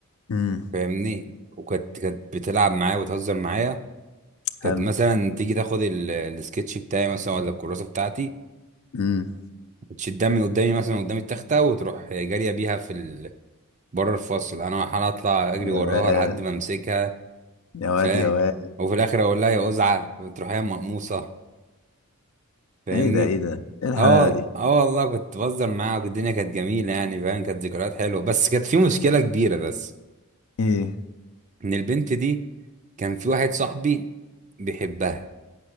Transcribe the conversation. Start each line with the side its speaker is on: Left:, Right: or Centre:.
Left: امم
Right: فاهمني وكانت كانت بتلعب معايا وتهزر معايا كانت
Left: حلو
Right: مثلا تيجي تاخد ال- السكتش بتاعي مثلا ولا الكراسه بتاعتي
Left: امم
Right: وتشدها من قدامي مثلا قدام التختة وتروح جارية بيها في ال... بره الفصل انا انا اطلع اجري
Left: يا
Right: وراها
Left: واد
Right: لحد ما امسكها
Left: يا واد
Right: فاهم
Left: يا واد
Right: وفي الاخر اقول لها يا قزعة تروح هي مقموصة فاهمني
Left: ايه ده ايه ده ايه الحلاوه
Right: اه
Left: دي
Right: اه والله كنت بهزر معاها والدنيا كانت جميلة يعني فاهم كانت ذكريات حلوة بس كانت في مشكلة كبيرة بس
Left: ايه
Right: ان البنت دي كان في واحد صاحبي بيحبها